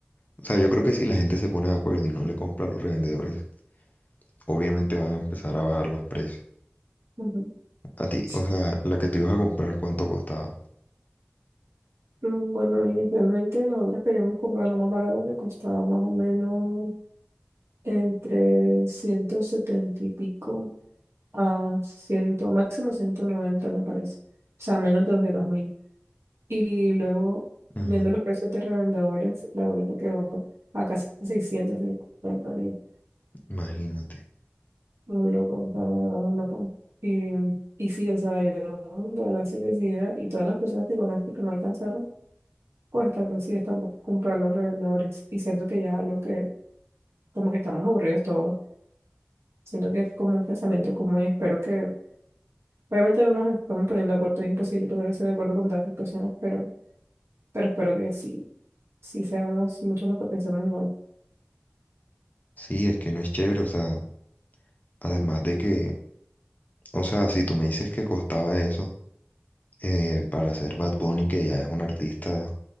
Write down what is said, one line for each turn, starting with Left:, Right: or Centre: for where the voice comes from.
Left: O sea, yo creo que si la gente se pone de acuerdo y no le compra a los revendedores, obviamente van a empezar a bajar los precios.
Right: ujú.
Left: A ti,
Right: Sí.
Left: o sea, la que te ibas a comprar, ¿cuánto costaba?
Right: Mm, Bueno, inicialmente nosotros queríamos comprar la más barata que costaba más o menos entre 170 y pico a 100, máximo 190 me parece. O sea, menos de los de 2.000. Y luego,
Left: Ajá,
Right: viendo los precios de revendedores, la boleta quedó a casi 650 mil.
Left: imagínate.
Right: Muy loco, o sea, de verdad, muy loco. Y, y sí, o sea, yo de verdad sí decidida y todas las personas que conozco que no alcanzaron, pues también sí están por comprar los revendedores. Y siento que ya es algo que, como que estamos aburridos todos. Siento que es como un pensamiento común y espero que, obviamente no nos estamos poniendo de acuerdo, es imposible ponerse de acuerdo con tantas personas, pero, pero espero que sí, sí seamos muchos los que pensamos igual.
Left: Sí, es que no es chévere, o sea, además de que, o sea, si tú me dices que costaba eso eh, para ser Bad Bunny, que ya es un artista,